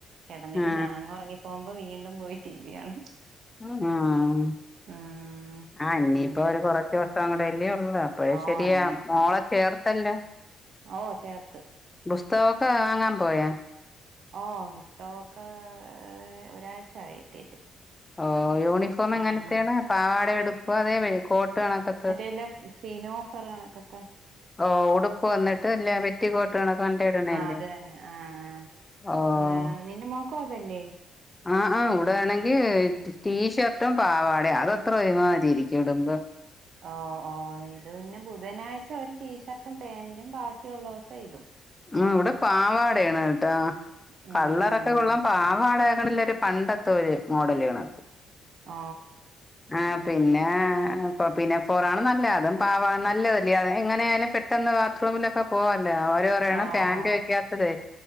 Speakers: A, on the right; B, on the left.
A: കെടന്നിട്ട്
B: ആ
A: ഞാനങ്ങ് ഒറങ്ങിപ്പോമ്പോ വീണ്ടും പോയി ടി വി കാണും
B: ആഹ്
A: ഉം
B: ആഹ് ഇനിപ്പോ
A: പിന്നെന്നെ
B: ഒരു കൊറച്ചൂ സം കൂടല്ലേ ഒള്ളൂ അപ്പഴ്
A: ഓ
B: ശെരിയാവും
A: അത്
B: മോളെ ചേർത്തല്ലോ
A: ഓഹ് ചേർത്ത്
B: പുസ്തകൊക്കെ വാങ്ങാൻ പോയാ
A: ഓഹ് പുസ്തകൊക്കെ ഒരാഴ്ചായി കിട്ടീട്ട്
B: ഓഹ് യൂണിഫോം എങ്ങനത്തെയാണ്
A: ഉം
B: പാവാടെ ഉടുപ്പൊ അതെ കോട്ട് കണക്കെ
A: മറ്റേ ഇല്ല ഫീനോഫർ കണക്കത്തെ
B: ഓ ഉടുപ്പ് വന്നിട്ട് അല്ല പെറ്റി കോട്ടണക്കെ കൊണ്ട് ഇടണല്ലേ
A: അത് ആഹ് ആഹ്
B: ഓഹ്
A: ആഹ് നിന്റെ മോക്കും അതല്ലേ
B: ആഹ് ആഹ് ഇവിടയാണെങ്കിൽ ടീഷർട്ടും പാവാടയും അതത്ര ഒരു മാരി ഇരിക്കും ഇടുമ്പം
A: ഓ ഓ ഇത് പിന്നെ ബുധനാഴ്ച ഒരു ടീഷർട്ടും പാൻറും ബാക്കിയുള്ള ദിവസം ഇതും
B: ആ ഇവിടെ പാവാടയാണ് കേട്ടാ
A: ഉം
B: കള്ളറൊക്കെ കൊള്ളാൻ പാവാട ആക്കണില്ല ഒരു പണ്ടത്തെ ഒരു മോഡല്ണ
A: ആ
B: ആ പിന്നെ പിന്നെ ഫോറാണ് നല്ല അതും പാവാ നല്ലതല്ല എങ്ങനൊലും പെട്ടന്ന് ബാത്റൂമിലൊക്കെ പോവല്ലേ അവര് പറയാണ്
A: ഓ
B: ഫാാന്റ്
A: ഓ
B: വെക്കാത്തത്